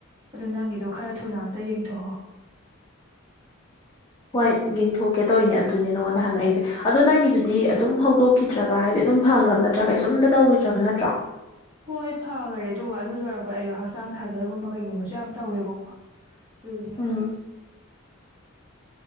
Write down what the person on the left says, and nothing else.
ꯍꯣꯏ ꯌꯦꯡꯊꯣꯛꯀꯦ ꯇꯧꯋꯤꯅꯦ ꯑꯗꯨꯅꯦ ꯅꯉꯣꯟꯗ ꯍꯪꯉꯛꯏꯖꯦ ꯑꯗꯣ ꯅꯪꯒꯤꯗꯨꯗꯤ ꯑꯗꯨꯝ ꯍꯧꯗꯣꯛꯈꯤꯗ꯭ꯔꯕ ꯍꯥꯏꯗꯤ ꯑꯗꯨꯝ ꯐꯒ꯭ꯔꯕ ꯅꯠꯇ꯭ꯔꯥ ꯀꯩꯁꯨꯝꯇ ꯇꯧꯒꯤꯗ꯭ꯔꯕ ꯅꯠꯇ꯭ꯔꯣ
ꯎꯝ